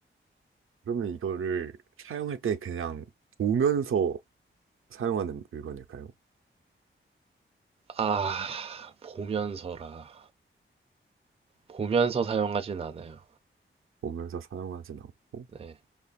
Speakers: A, on the right (about 80°); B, on the right (about 30°).
A: 그러면 이거를 사용할 때 그냥 보면서 사용하는 물건일까요?
B: 아, 보면서라. 보면서 사용하진 않아요.
A: 보면서 사용하진 않고,
B: 네.